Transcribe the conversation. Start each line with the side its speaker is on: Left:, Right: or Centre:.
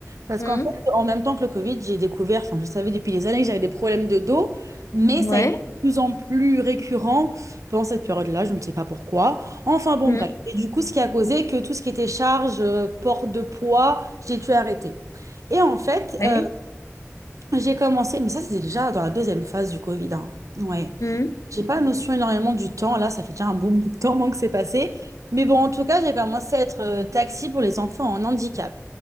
Right: Parce
Left: Mhm.
Right: qu'en fait, en même temps que le Covid, j'ai découvert, enfin, je savais depuis des années que j'avais des problèmes de dos, mais
Left: Ouais.
Right: ça a été de plus en plus récurrent pendant cette période-là, je ne sais pas pourquoi. Enfin, bon,
Left: Mhm.
Right: bref. Et du coup, ce qui a causé que tout ce qui était charge, euh, port de poids, j'ai dû arrêter. Et en fait,
Left: Ouais.
Right: euh, j'ai commencé, mais ça c'était déjà dans la deuxième phase du Covid. hein. Ouais.
Left: Mhm.
Right: J'ai pas notion énormément du temps, là ça fait déjà un bon <laughs> bout de temps moi, que c'est passé. Mais bon, en tout cas, j'ai commencé à être euh, taxi pour les enfants en handicap.